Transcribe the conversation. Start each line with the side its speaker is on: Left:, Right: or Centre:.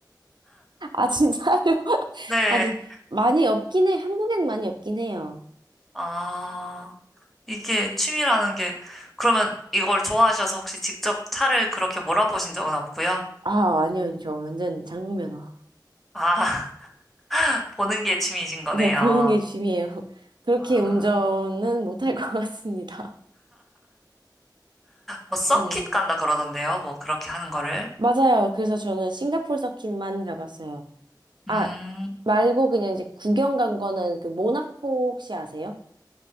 Right: 아, 진짜요? <laughs>
Centre: 네.
Right: 아직 많이 없긴 해. 한국엔 많이 없긴 해요.
Centre: 아, 이게 취미라는 게, 그러면 이걸 좋아하셔서 혹시 직접 차를 그렇게 몰아보신 적은 없고요?
Right: 아, 아니요. 저 완전 장국면허.
Centre: 아, <laughs> 보는 게 취미이신
Right: <laughs>
Centre: 거네요.
Right: 네, 보는 게 취미예요. <laughs> 그렇게
Centre: 아,
Right: 운전은 못할 것 <laughs> 같습니다.
Centre: 뭐 서킷
Right: 네.
Centre: 간다 그러던데요. 뭐 그렇게 하는 거를.
Right: 맞아요. 그래서 저는 싱가포르 서킷만 가봤어요. 아,
Centre: 음,
Right: 말고 그냥 이제 구경 간 거는 그 모나코 혹시 아세요?